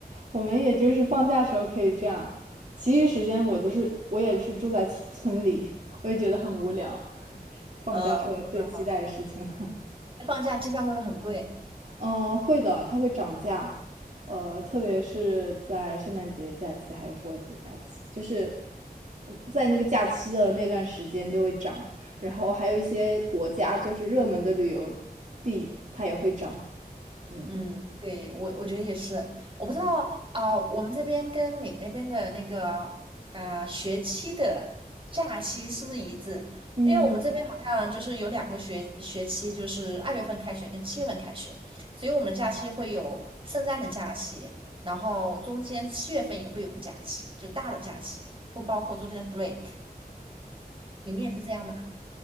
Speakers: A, on the right; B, on the right.
A: 我们也就是放假时候可以这样，其余时间我就是我也是住在村村里，我也觉得很无聊，放假是我最期待的事情。
B: 嗯，是哈。放假机票会不会很贵？
A: 嗯，会的，它会涨价，呃，特别是在圣诞节假期还有复活节假期，就是在那个假期的那段时间就会涨，然后还有一些国家就是热门的旅游地，它也会涨。嗯
B: 嗯，对，我我觉得也是。我不知道啊，我们这边跟你那边的那个啊学期的假期是不是一致？
A: 嗯
B: 因为我们这边好像就是有两个学学期，就是二月份开学跟七月份开学，所以我们的假期会有圣诞的假期，然后中间七月份也会有个假期，就大的假期，不包括中间的 break。你们也是这样吗？